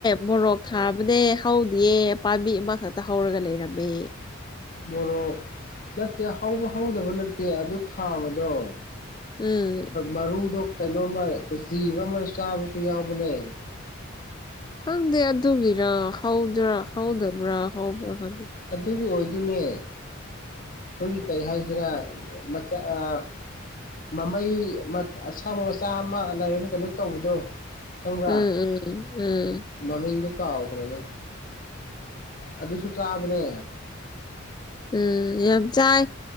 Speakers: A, on the left; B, on the left.
A: ꯃꯣꯔꯣꯛ ꯊꯥꯕꯅꯦ꯫ ꯍꯧꯗꯤꯌꯦ ꯄꯥꯝꯕꯤ ꯑꯃꯈꯛꯇ ꯍꯧꯔꯒ ꯂꯩꯔꯝꯃꯦ꯫
B: ꯃꯣꯔꯣꯛ ꯅꯠꯇꯦ ꯍꯧꯕ ꯍꯧꯗꯕ ꯅꯠꯇꯦ ꯑꯗꯨ ꯊꯥꯕꯗꯣ
A: ꯎꯝ
B: ꯃꯔꯨꯗꯣ ꯀꯩꯅꯣꯝꯃ ꯖꯤꯕ ꯑꯃ ꯆꯥꯕꯁꯨ ꯌꯥꯎꯕꯅꯦ
A: ꯈꯪꯗꯦ ꯑꯗꯨꯒꯤꯔ ꯍꯧꯗ꯭ꯔꯥ ꯍꯧꯗꯕ꯭ꯔꯥ ꯍꯧꯕ꯭ꯔꯥ ꯈꯪꯗꯦ꯫
B: ꯑꯗꯨꯒꯤ ꯑꯣꯏꯗꯨꯅꯦ꯫ ꯑꯩꯈꯣꯏꯒꯤ ꯀꯩ ꯍꯥꯏꯁꯤꯔ ꯃꯆꯥ ꯑꯥ ꯃꯃꯩ ꯃ ꯑꯁꯥꯡꯕ ꯃꯆꯥ ꯑꯃ ꯂꯩꯔꯒ ꯀꯩꯅꯣ ꯇꯧꯕꯗꯣ ꯈꯪꯕ꯭ꯔꯥ?
A: ꯎꯝ ꯎꯝ ꯎꯝ
B: ꯃꯃꯤꯡꯗꯣ ꯀꯥꯎꯈ꯭ꯔꯦꯅꯦ ꯑꯗꯨꯁꯨ ꯆꯥꯕꯅꯦ꯫
A: ꯎꯝ ꯌꯥꯝ ꯆꯥꯏ